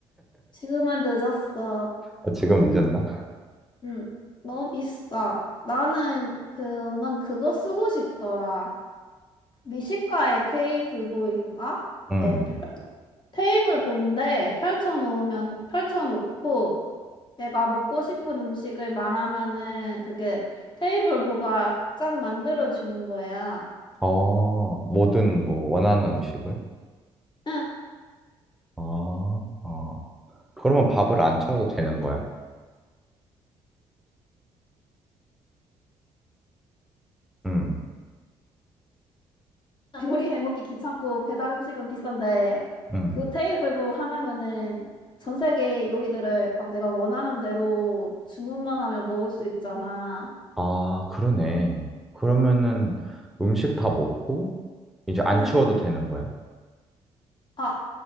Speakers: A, on the left; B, in the centre.
A: 지금은 늦었어.
B: 아, 지금 늦었나?
A: 응. 너무 비싸. 나는 그, 난 그거 쓰고 싶더라. 미식가의 테이블보인가?
B: 음,
A: 예, 펼- 테이블 본데 펼쳐놓으면, 펼쳐놓고 내가 먹고 싶은 음식을 말하면은 그게 테이블보가 짠 만들어 주는 거야.
B: 어, 뭐든 뭐 원하는 음식을?
A: 응,
B: 어, 어. 그러면 밥을 안 차려도 되는 거야? 음,
A: <laughs> 요리해 먹기 귀찮고 배달 음식은 비싼데
B: 음.
A: 그 테이블보 하나면은 전 세계 요리들을 막 내가 원하는 대로 주문만 하면 먹을 수 있잖아.
B: 아, 그러네. 그러면은 음식 다 먹고 이제 안
A: 응.
B: 치워도 되는 거야?
A: 아,